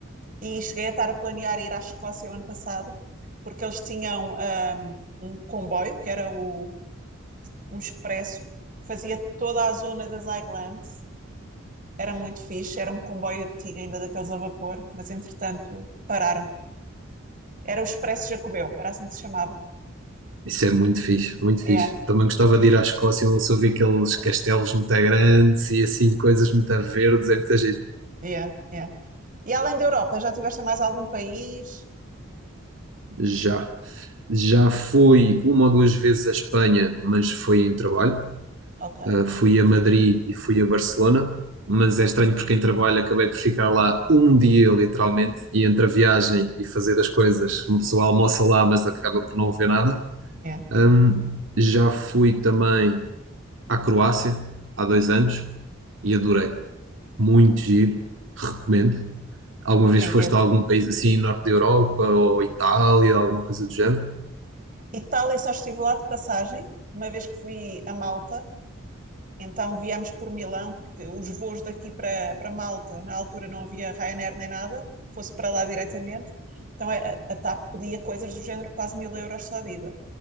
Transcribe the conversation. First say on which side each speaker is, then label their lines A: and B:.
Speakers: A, on the right; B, on the right.
A: E cheguei a estar a planear ir à Escócia o ano passado, porque eles tinham ahm, um comboio, que era o, um expresso, que fazia toda a zona das Highlands. Era muito fixe, era um comboio antigo ainda daqueles a vapor, mas entretanto pararam. Era o Expresso Jacobeu, era assim que se chamava.
B: Isso é muito fixe, muito
A: Yeah,
B: fixe. Eu também gostava de ir à Escócia, onde só vi aqueles castelos muito grandes e assim, coisas muito verdes, é muito giro.
A: yeah, yeah. E além da Europa, já tiveste em mais algum país?
B: Já. Já fui uma ou duas vezes à Espanha, mas foi em trabalho.
A: Ok,
B: Uh, fui a Madrid e fui a Barcelona, mas é estranho porque quem trabalha acabei por ficar lá um dia, literalmente, e entre a viagem e fazer as coisas, uma pessoa almoça lá, mas acaba por não ver nada.
A: yeah,
B: Um, já fui também à Croácia há dois anos e adorei. Muito giro, recomendo. Alguma vez
A: tem
B: foste
A: que ir.
B: a algum país assim, norte da Europa ou Itália, alguma coisa do género?
A: Itália só estive lá de passagem, uma vez que fui a Malta, então viemos por Milão, porque os voos daqui para, para Malta, na altura não havia Ryanair nem nada, fosse para lá diretamente. Então é, a, a TAP pedia coisas do género quase mil euros só de ida.